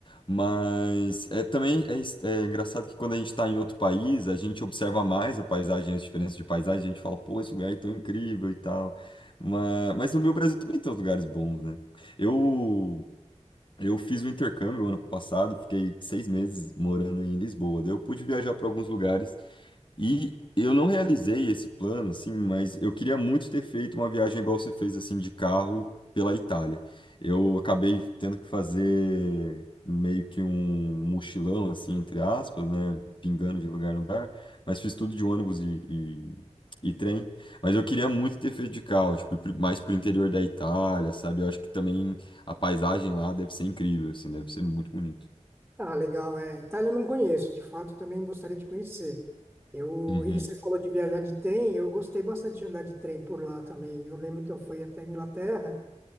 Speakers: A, on the left; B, in the centre.
A: Mas é também é, es- é engraçado que quando a gente está em outro país, a gente observa mais a paisagem, as diferenças de paisagem, a gente fala, pô, esse lugar é tão incrível e tal. Mas, mas no meu Brasil também tem uns lugares bons, né? Eu. Eu fiz o intercâmbio ano passado, fiquei seis meses morando em Lisboa. Daí eu pude viajar para alguns lugares e eu não realizei esse plano, assim, mas eu queria muito ter feito uma viagem igual você fez, assim, de carro pela Itália. Eu acabei tendo que fazer meio que um mochilão, assim, entre aspas, né? Pingando de lugar em lugar, mas fiz tudo de ônibus e, e, e trem. Mas eu queria muito ter feito de carro, tipo, pro- mais pro interior da Itália, sabe? Eu acho que também a paisagem lá deve ser incrível, assim, deve ser muito bonito.
B: Ah, legal, é. Itália eu não conheço, de fato, também gostaria de conhecer. Eu,
A: Uhum.
B: e você falou de viajar de trem, eu gostei bastante de andar de trem por lá também. Eu lembro que eu fui até a Inglaterra,